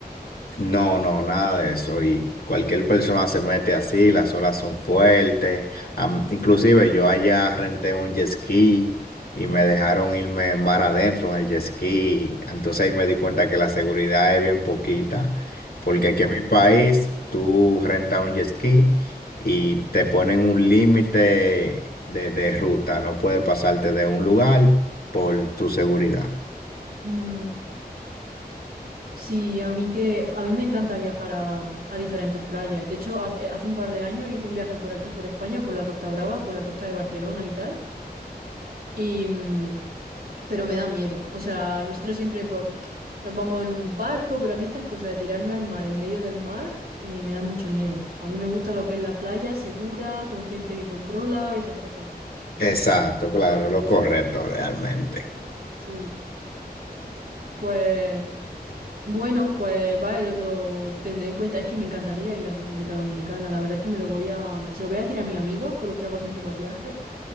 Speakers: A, on the left (about 65°); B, on the right (about 70°).
A: No, no, nada de eso. Y cualquier persona se mete así, las olas son fuertes. Am- inclusive yo allá renté un jet ski y me dejaron irme mar adentro en el jet ski. Entonces ahí me di cuenta que la seguridad es bien poquita, porque
B: Ya.
A: aquí en mi país tú rentas un jet ski y te ponen un límite de, de ruta. No puedes pasarte de un lugar por tu seguridad.
B: Mm, Sí, a mí que a mí me encanta viajar a, a diferentes playas. De hecho, hace, hace un par de años hice un viaje por aquí, por España, por la Costa Brava, por la costa de Barcelona y tal. Y mm, pero me da miedo. O sea, nosotros siempre pues, nos vamos en un barco, pero a mí estas cosas de tirarme al mar en medio del mar eh, me dan mucho miedo. A mí me gusta lo que es la playa segura, con gente que controla y esas cosas.
A: Exacto, claro, lo correcto realmente.
B: Sí. Pues bueno, pues vale, lo, lo tendré en cuenta. Es que me encantaría ir a República Dominicana. La verdad es que me lo voy a, se lo voy a decir a mis amigos con los que hago siempre los viajes.